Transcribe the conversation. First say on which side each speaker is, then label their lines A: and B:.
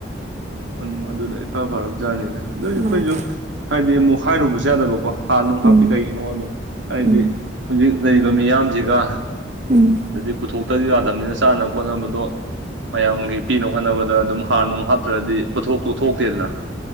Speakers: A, on the right; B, on the right.
A: ꯑꯣꯝ ꯑꯗꯨꯅ ꯈꯐꯥꯔꯕ ꯖꯥꯠꯅꯤꯗ ꯑꯗꯨ ꯑꯩꯈꯣꯏꯁꯨ
B: ꯃꯥꯅꯦ
A: ꯍꯥꯏꯗꯤ ꯑꯃꯨꯛ ꯍꯥꯏꯔꯨꯕꯁꯨ ꯌꯥꯗꯕꯀꯣ ꯍꯔ ꯅꯨꯡ
B: ꯎꯝ
A: ꯍꯥꯞꯄꯤ ꯀꯩꯒꯤꯅꯣ ꯑꯗꯣ ꯍꯥꯏꯗꯤ
B: ꯎꯝ
A: ꯍꯧꯖꯤꯛ ꯂꯩꯔꯤꯕ ꯃꯤꯌꯥꯝꯖꯒ
B: ꯎꯝ
A: ꯑꯗꯨꯗꯤ ꯄꯨꯊꯣ ꯑꯗꯨ ꯌꯥꯗꯕꯅꯤꯅ ꯆꯥꯅꯕ ꯈꯣꯠꯅꯕꯗꯣ ꯃꯌꯥꯝꯒꯤ ꯄꯤꯅꯕ ꯍꯣꯠꯅꯕꯗ ꯑꯗ ꯑꯗꯨꯝ ꯍꯥꯔ ꯅꯨꯡ ꯍꯥꯞꯇ꯭ꯔꯗꯤ ꯄꯣꯠꯊꯣꯛꯇꯣ ꯊꯣꯛꯇꯦꯗꯅ꯫